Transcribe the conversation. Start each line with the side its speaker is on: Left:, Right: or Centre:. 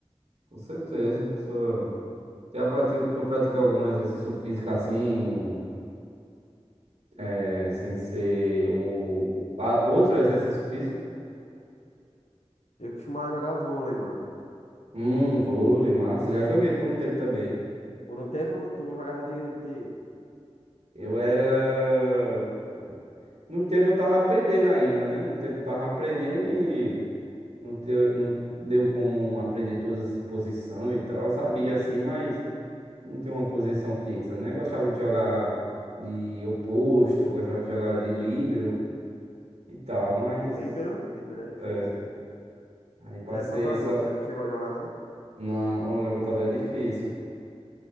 Right: Com certeza, a pessoa. Já prati- tu pratica algum exercício físico assim, é, sem ser um, a- outro exercício físico?
Left: Eu costumava jogar vôlei, mano.
Right: Hum, vôlei, massa. Já joguei por um tempo também.
Left: Por um tempo, tu jogava de quê?
Right: Eu era. No tempo eu tava aprendendo ainda, né? No tempo eu tava aprendendo e Não teu- não deu como aprender todas as posições e tal. Eu sabia assim, mas não tinha uma posição fixa, né? Eu gostava de jogar de oposto, eu gostava de jogar de líbero e tal, mas
Left: e líbero? Líbero é difícil,
Right: é,
Left: hein?
Right: aí passei
Left: e levantador,
Right: só
Left: você não chegou a jogar, não?
Right: não um levantador é difícil.